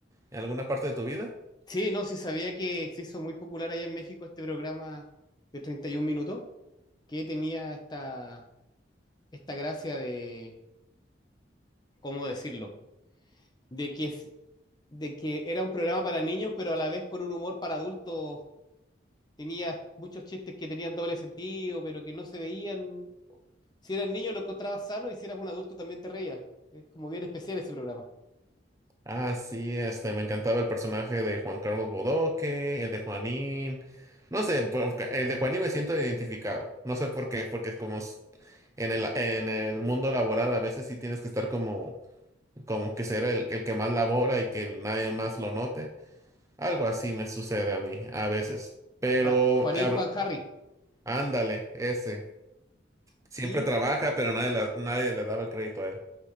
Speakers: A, on the right; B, on the left.
A: en alguna parte de tu vida?
B: Sí, no, sí sabía que se hizo muy popular allá en México este programa de 31 minutos, que tenía esta, esta gracia de, ¿cómo decirlo? De que, es- de que era un programa para niños, pero a la vez con un humor para adultos. Tenía muchos chistes que tenían doble sentido, pero que no se veían. Si eras niño lo encontrabas sano y si eras un adulto también te reías. Es como bien especial ese programa.
A: Ah, sí, este, me encantaba el personaje de Juan Carlos Bodoque, el de Juanín. No sé, por- el de Juanín me siento identificado. No sé por qué, porque es como s- en el, en el mundo laboral a veces sí tienes que estar como, como que ser el, el que más labora y que nadie más lo note. Algo así me sucede a mí a veces. Pero
B: Juan, Juanín
A: habl-
B: Juan Harry.
A: ándale, ese.
B: Sí,
A: Siempre trabaja, pero nadie, la- nadie le daba el crédito a él.